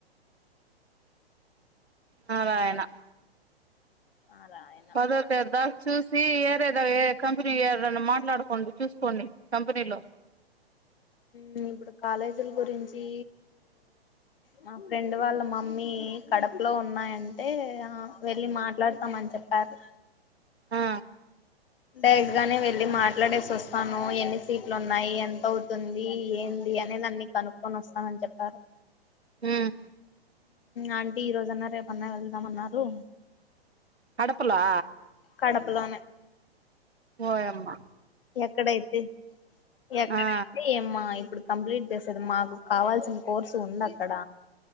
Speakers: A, on the right; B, on the left.
A: నారాయణ
B: ఆ రాయన
A: పదోర్ తర్దా చూసి ఏరే ద ఏ ఏ కంపెనీ ఎవర్ నన్నా మాట్లాడుకోండి, చూసుకోండి కంపెనీలో.
B: ఉమ్ ఇప్పుడు కాలేజీల్ గురించి మా ఫ్రెండ్ వాళ్ళ మమ్మీ కడపలో ఉన్నాయంటే, ఆ వెళ్లి మాట్లాడతాం అని చెప్ కాదు
A: ఆ
B: డైరెక్ట్ గానే వెళ్ళి మాట్లాడేసి వస్తాను, ఎన్ని సీట్లు ఉన్నాయి, ఎంత అవుతుంది, ఏం ఈయనే నన్ని కనుక్కొని వస్తానని చెప్పారు.
A: ఉమ్
B: ఆంటీ ఈరోజన్న రేపన్నా వెళ్దామన్నారు.
A: కడపలా
B: కడపలోనే
A: ఓ యామ్మా
B: ఎక్కడైతే ఎక్కడైతే
A: ఆ
B: ఏమ్మా ఇప్పుడు కంప్లీట్ చేసేది మాకు కావాల్సిన కోర్సు ఉందక్కడ